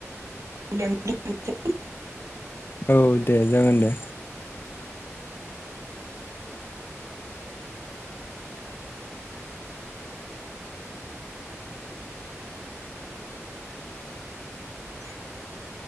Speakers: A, on the right; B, on the left.
A: बेयावनो दोनथ'नसै।
B: औ दे जागोन दे।
A: <inaudible>